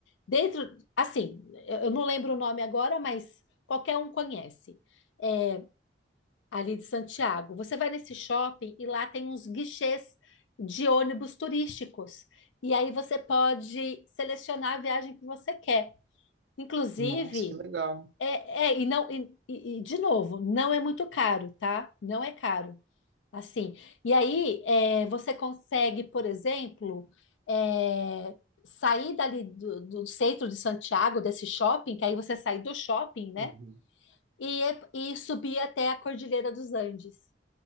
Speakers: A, on the left; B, on the right.
A: Dentro, assim, eu eu não lembro o nome agora, mas qualquer um conhece. É, ali de Santiago. Você vai nesse shopping e lá tem uns guichês de ônibus turísticos. E aí você pode selecionar a viagem que você quer. Inclusive,
B: Nossa, que legal.
A: é, é, e não, e, e- e, de novo, não é muito caro, tá? Não é caro, assim. E aí, é, você consegue, por exemplo, é, sair dali do, do centro de Santiago, desse shopping, que aí você sai do shopping, né?
B: Uhum.
A: E, e subir até a Cordilheira dos Andes.